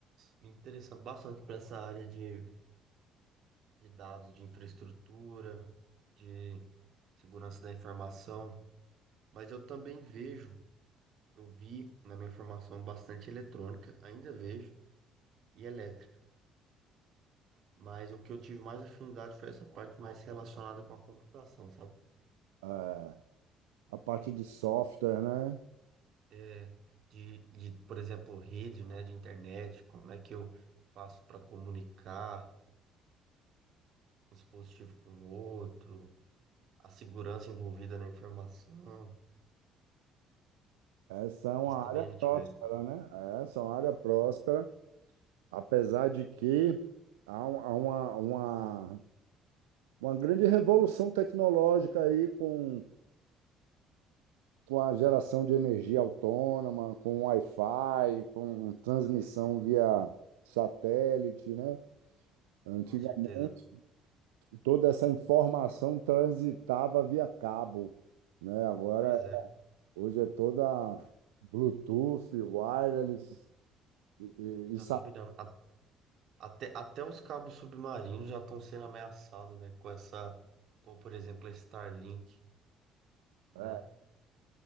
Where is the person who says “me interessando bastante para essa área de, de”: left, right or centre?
Right